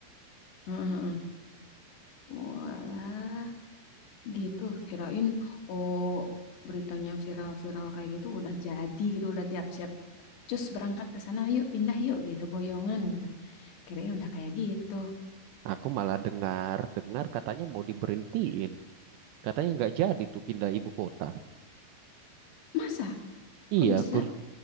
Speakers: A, on the left; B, on the right.
A: Heeh, heeh. Walah. Gitu, kirain oh beritanya viral-viral kayak gitu udah jadi gitu, udah tiap siap. Cus berangkat ke sana, yuk pindah yuk gitu, boyongan gitu. Kirain udah kayak gitu.
B: Aku malah dengar-dengar katanya mau diberhentiin, katanya nggak jadi tuh pindah ibu kota.
A: Masa?
B: Iya,
A: Kok bisa?
B: aku